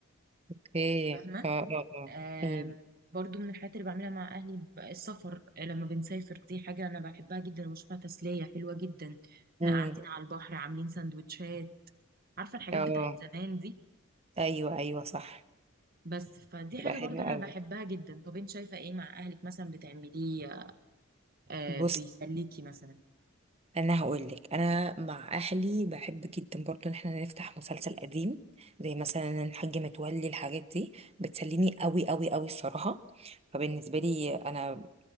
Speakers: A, on the right; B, on the right.
A: اوكي
B: فاهمه
A: اه اه اه
B: آم،
A: امم
B: برضو من الحاجات اللي بعملها مع أهلي ب- السفر آه، لما بنسافر دي حاجة أنا بحبها جدا وبشوفها تسلية حلوة جدا احنا
A: امم
B: قاعدين على البحر عاملين سندوتشات عارفة الحاجات
A: اه
B: بتاعت زمان دي
A: ايوه ايوه صح
B: بس فدي حاجة
A: يبقى حلوه
B: برضو أنا
A: قوي
B: بحبها جدا طب أنت شايفة إيه مع أهلك مثلا بتعمليه آه
A: بص
B: بيسليكي مثلا
A: انا هقول لك انا مع اهلي بحب جدا برضو ان احنا نفتح مسلسل قديم زي مثلا الحاج متولي الحاجات دي بتسليني قوي قوي قوي الصراحه فبالنسبه لي انا